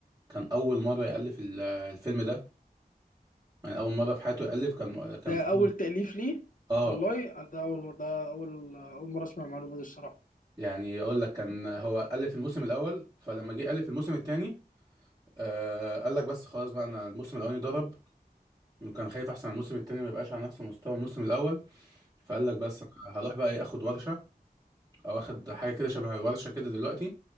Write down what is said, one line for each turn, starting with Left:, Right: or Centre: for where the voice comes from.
Right: كان اول مره يالف ال- الفيلم ده يعني اول مره في حياته يالف كان كان
Left: ده اول
Right: مم.
Left: تأليف ليه
Right: اه
Left: والله ده اول ده اول آه، اول مره اسمع المعلومه دي الصراحه
Right: يعني اقول لك كان هو الف الموسم الاول فلما جه الف الموسم الثاني آه قال لك بس خلاص بقى انا الموسم الاولاني ضرب وكان خايف احسن الموسم الثاني ما يبقاش على نفس مستوى الموسم الاول فقال لك بس انا هروح بقى ايه اخد ورشه او اخد حاجه كده شبه الورشه كده دلوقتي